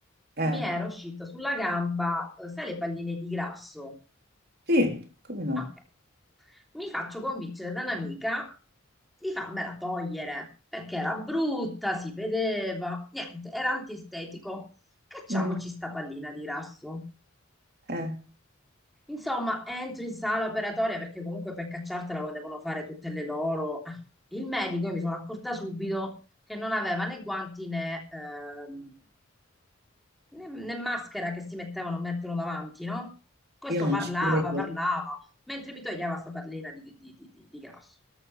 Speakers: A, on the right; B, in the centre.
A: Eh,
B: mi era uscita sulla gamba, eh, sai, le palline di grasso?
A: sì, come no?
B: Ok. Mi faccio convincere da un'amica di farmela togliere perché era brutta, si vedeva, niente, era antiestetico. Cacciamoci
A: Mm,
B: sta pallina di rasso.
A: eh,
B: Insomma, entro in sala operatoria perché comunque per cacciartela lo devono fare tutte le loro. Ah, Il medico, io mi sono accorta subito che non aveva né guanti né, ehm, né, né maschera che si mettevano, mettono davanti, no? Questo
A: io non
B: parlava,
A: ci credo.
B: parlava, mentre mi toglieva sta perlina di, di- di- di- di grasso.